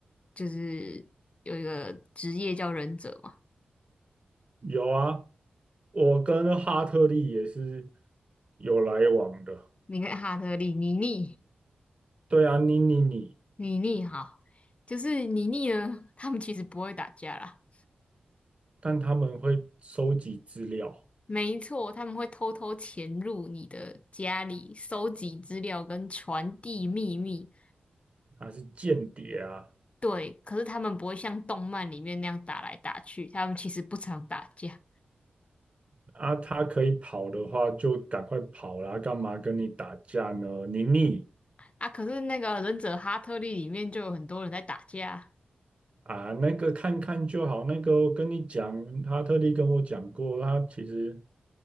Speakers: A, on the left; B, on the right.
A: 就是有一个职业叫忍者吗？
B: 有啊，我跟哈特利也是有来往的。
A: 你看哈特利、妮妮、
B: 对啊，你你你，
A: 妮妮，哈，就是妮妮呢，他们其实不会打架啦。
B: 但他们会收集资料，
A: 没错，他们会偷偷潜入你的家里，收集资料跟传递秘密。
B: 他是间谍啊
A: 对，可是他们不会像动漫里面那样打来打去，他们其实不常打架
B: 啊，他可以跑的话就赶快跑啦，干嘛跟你打架呢？你你
A: 啊。可是那个忍者哈特利里面就有很多人在打架，
B: 啊，那个看看就好，那个我跟你讲，哈特利跟我讲过，他其实